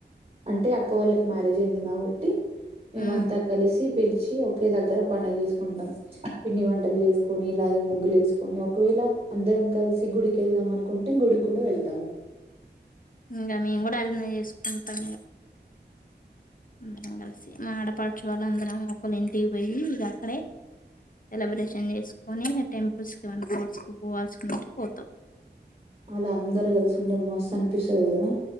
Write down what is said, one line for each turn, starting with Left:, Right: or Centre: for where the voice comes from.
Right: అంటే అక్క వాళ్ళకి మ్యారేజ్ అయింది కాబట్టి. మేమంతా
Left: ఉమ్.
Right: కలిసి పిలిచి ఒకే దగ్గర పండుగ చేసుకుంటాం. పిండి వంటలు చేసుకొని, ఇలాగే ముగ్గులు వేసుకొని. ఒకవేల్ లా అందరం కలిసి గుడికి వెళ్దాం అనుకుంటే. గుడికి కూడా వెళ్తాము.
Left: ఇంగా మేము కూడా అల్నే చేసుకుంటాం. ఇగా అందరం కలిసి. మా ఆడపాడుచు వాళ్ళ అందరం ఒక్కోలా ఇంటికి పోయి ఇగా అక్కడే. సెలబ్రేషన్ చేసుకొని. టెంపుల్స్ కేమన్న టుర్స్కి పోవాల్సుకుంటే పోతాం.
Right: అలా అందరు కలిసుంటే. మస్త్ అనిపిస్తది గాదా